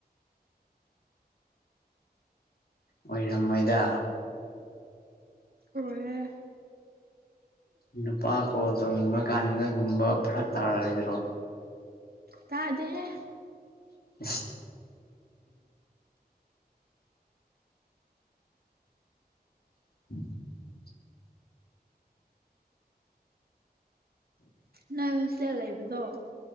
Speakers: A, on the left (about 65°); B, on the right (about 65°).
A: ꯑꯣꯏꯔꯝꯃꯣꯏꯗ
B: ꯑꯣꯏꯌꯦ
A: ꯅꯨꯄꯥ ꯀꯣꯜ ꯇꯧꯅꯤꯡꯕ ꯀꯥꯟꯗꯒꯨꯝꯕ ꯐꯔꯛ ꯇꯥꯔꯛꯔꯣꯏꯗ꯭ꯔꯣ?
B: ꯇꯥꯗꯦꯍꯦ
A: <unintelligible> <unintelligible>
B: ꯅꯣꯏ ꯍꯣꯁꯇꯦꯜ ꯂꯩꯕꯗꯣ